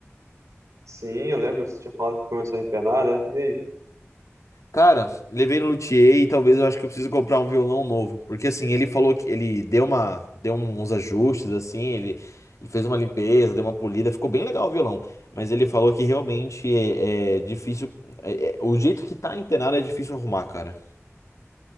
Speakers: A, on the right; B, on the left.
A: Sim, eu lembro. Você tinha falado que começou a empenar, né? E aí?
B: Cara, levei no luthier e talvez eu acho que eu preciso comprar um violão novo. Porque assim, ele falou que ele deu uma, deu uns ajustes assim, ele, ele fez uma limpeza, deu uma polida, ficou bem legal o violão. Mas ele falou que realmente é, é difícil, é- é- o jeito que tá empenado é difícil arrumar, cara.